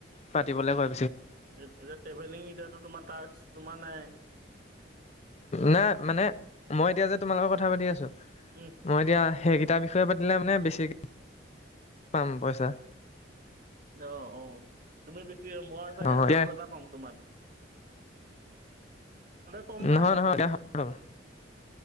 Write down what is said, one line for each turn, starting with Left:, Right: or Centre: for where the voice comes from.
Left: পাতিবলৈ কৈ
Right: এতিয়া ট্ৰেভেলিং এতিয়াতো তোমাৰ টাকছ তোমাৰ নাই
Left: নাই মানে মই এতিয়া যে তোমাৰ লগত কথা পাতি আছো
Right: উম
Left: মই এতিয়া সেইকেইটাৰ বিষয়ে পাতিলে মানে বেছিকৈ পাম পইচা
Right: অ অ তুমি বেছি মই চাগে
Left: অ এতিয়া
Right: সাহ এটা পাম তোমাৰ কম পায়
Left: নহয় <unintelligible>